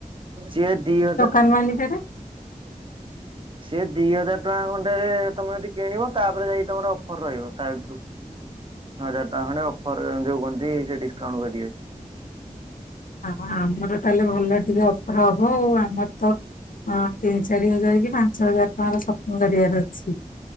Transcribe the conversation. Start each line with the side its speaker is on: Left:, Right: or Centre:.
Right: ସିଏ ଦି ହଜାର
Left: <unintelligible>
Right: ସେ ଦି ହଜାର ଟଙ୍କା ଖଣ୍ଡେରେ ତମେ ଯଦି କିଣିବ ତାପରେ ଯାଇକି ତମର ଅଫର ରହିବ ତା ଭିତରୁ। ହଜାର ଟଙ୍କା ଖଣ୍ଡେ ଅଫର ଯୋଉ କହନ୍ତି ସେ ଡିସକାଉଣ୍ଟ କରିିବେ।
Left: ହ ଆମର ତାହେଲେ ଭଲ ଟିକେ ଅଫର ହବ ଆଉ ଆମର ତ ଅଂ ତିନି ଚାରି ହଜାର କି ପାଞ୍ଚ ହଜାର ଟଙ୍କାର ସପିଙ୍ଗ କରିବାର ଅଛି।